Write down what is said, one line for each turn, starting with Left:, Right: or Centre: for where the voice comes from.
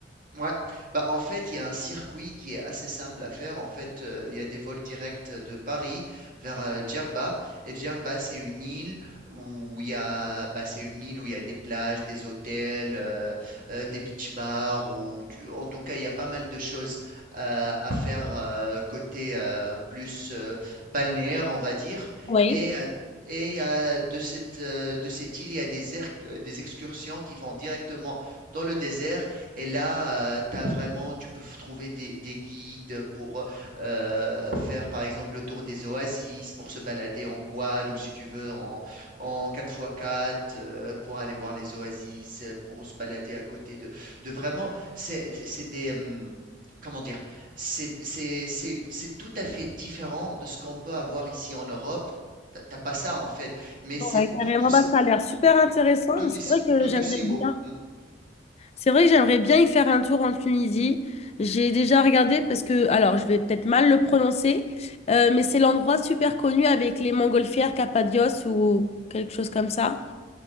Right: Ouais, Bah, en fait, il y a un circuit qui est assez simple à faire. En fait, heu, il y a des vols directs de Paris vers, heu, Djerba et Djerba, c'est une île où il y a bah, c'est une île où il y a des plages, des hôtels, heu heu, des beach bars ou tu en tout cas, il y a pas mal de choses, heu, à faire, heu, côté, heu, plus, heu, balnéaire, on va dire
Left: Oui.
Right: et heu et il y a de cette, heu, de cette île, il y a des erc des excursions qui font directement dans le désert et là, euh, t'as vraiment, tu peux f- trouver des, des guides pour euh, euh, faire par exemple le tour des oasis, pour se balader en quad ou si tu veux en, en 4x4, euh, pour aller voir les oasis, euh, pour se balader à côté de, de vraiment, c'est c'est- c'est des... hum, Comment dire, c'est c'est- c'est- c'est tout à fait différent de ce qu'on peut avoir ici en Europe. T'as t'as pas ça en fait, mais c'est
Left: Ouais, carrément,
Right: tout aussi,
Left: bah, ça a l'air super
Right: tout,
Left: intéressant.
Right: tout
Left: C'est
Right: aussi,
Left: vrai que
Right: tout
Left: j'aimerais
Right: aussi
Left: bien.
Right: beau. Mm.
Left: C'est vrai que j'aimerais bien y faire un tour en Tunisie. J'ai déjà regardé parce que, alors je vais peut-être mal le prononcer, euh, mais c'est l'endroit super connu avec les montgolfières, Cappadoce ou quelque chose comme ça.